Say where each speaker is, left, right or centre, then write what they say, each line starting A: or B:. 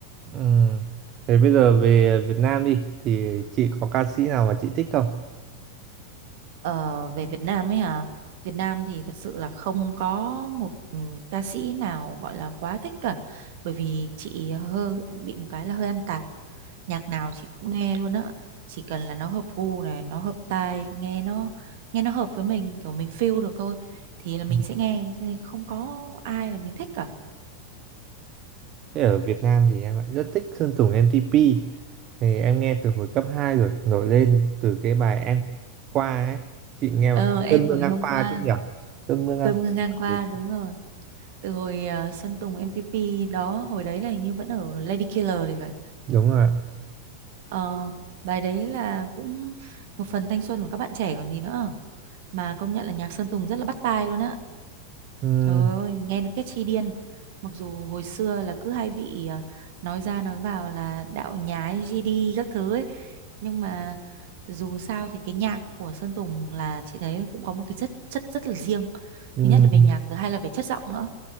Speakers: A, on the right; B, on the right.
A: Ừ. Thế bây giờ về Việt Nam đi, thì chị có ca sĩ nào mà chị thích không?
B: Ờ, về Việt Nam ấy hả? Việt Nam thì thật sự là không có một ừ, ca sĩ nào gọi là quá thích cả. Bởi vì chị hơi bị một cái là hơi ăn tạp. Nhạc nào chị cũng nghe luôn á. Chỉ cần là nó hợp gu này, nó hợp tai, nghe nó nghe nó hợp với mình, kiểu mình feel được thôi thì là mình
A: Ừm,
B: sẽ nghe, cho nên không có ai là mình thích cả.
A: Thế ở Việt Nam thì em lại rất thích Sơn Tùng M-TP thì em nghe từ hồi cấp 2 rồi nổi lên từ cái bài em qua ấy chị nghe
B: Ờ
A: bài
B: em
A: cơn mưa
B: vừa
A: ngang
B: ngày hôm
A: qua
B: qua
A: chứ nhỉ cơn mưa ngang
B: Cơn mưa ngang
A: qua
B: qua
A: Ừ,
B: đúng rồi. Từ hồi ờ, Sơn Tùng MTP đó, hồi đấy là hình như vẫn ở Lady Killer thì phải.
A: đúng rồi ạ.
B: Ờ, bài đấy là cũng một phần thanh xuân của các bạn trẻ còn gì nữa. Mà công nhận là nhạc Sơn Tùng rất là bắt tai luôn á.
A: Ừm,
B: Trời ơi, nghe nó catchy điên. Mặc dù hồi xưa là cứ hay bị à, nói ra nói vào là đạo nhái GD các thứ ấy. Nhưng mà dù sao thì cái nhạc của Sơn Tùng là chị thấy cũng có một cái chất chất rất là riêng.
A: ừm,
B: Thứ nhất là về nhạc, thứ hai là về chất giọng nữa